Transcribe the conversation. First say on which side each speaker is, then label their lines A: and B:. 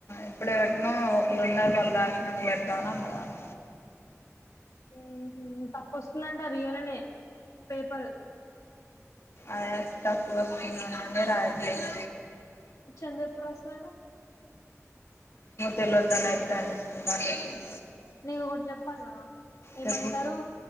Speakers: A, on the left (about 55°); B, on the left (about 75°).
A: ఇప్పుడే పెట్టను ఒకలున్నారు వాళ్ళు రాసినంక పెడతాను అన్నదామ్
B: ఊహూ ప వస్తుందంట రియలనే పేపర్
A: అదేష్టా పూ <unintelligible> అనే రాయట్లే ఇగ
B: చందు ఎప్పురోస్తాడు
A: తెల్వత నాకుతాను <inaudible>
B: నీకొకటి చెప్పాల్ల ఏమంటారు
A: చెప్పు